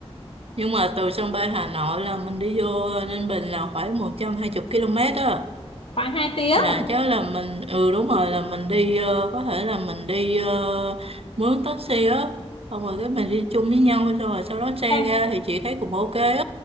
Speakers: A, on the right (about 65°); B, on the left (about 60°).
A: Nhưng mà từ sân bay Hà Nội là mình đi vô Ninh Bình là khoảng 120 km á.
B: Khoảng 2 tiếng.
A: Là chắc là mình, ừ đúng rồi là mình đi, ờ, có thể là mình đi ờ, mướn taxi á. Xong rồi cái mình đi chung với nhau xong rồi sau đó xe
B: Ê,
A: ra thì chị thấy cũng ok á.